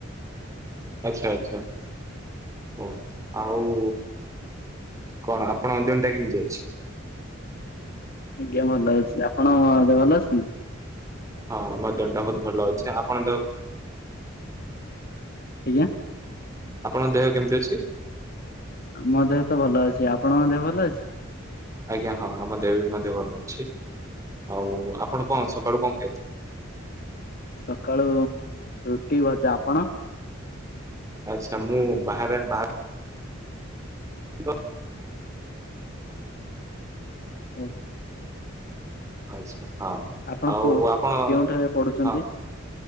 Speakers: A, on the right; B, on the left.
A: ଆଚ୍ଛା ଆଚ୍ଛା ବୋସ୍ ଆଉ କଣ ଆପଣ ଦିନଟା କେମିତି ଅଛି?
B: ଆଜ୍ଞା ଭଲ ଅଛି। ଆପଣ ଦେହ ଭଲ ଅଛନ୍ତି?
A: ହଁ ମୋ ଦିନ ଟା ବହୁତ ଭଲ ଅଛି। ଆପଣ ତ
B: ଆଜ୍ଞା?
A: ଆପଣଙ୍କ ଦେହ କେମିତି ଅଛି?
B: ମୋ ଦେହ ତ ଭଲ ଅଛି। ଆପଣଙ୍କ ଦେହ ଭଲ ଅଛି?
A: ଆଜ୍ଞା ହଁ ମୋ ଦେହ ବି ଦେହ ଭଲ ଅଛି। ଆଉ ଆପଣ କଣ ସକାଳୁ କଣ ଖାଇଥିଲେ?
B: ସକାଳୁ ରୁଟି, ଭଜା। ଆପଣ?
A: ଆଚ୍ଛା ମୁଁ ବାହାରେ ବା କ
B: ଅ
A: ଆଚ୍ଛା ହଁ
B: ଆପଣ
A: ଆଉ
B: କୋଉ
A: ଆପଣ
B: କେଉଁଠାରେ ପଢୁଛନ୍ତି?
A: ହଁ।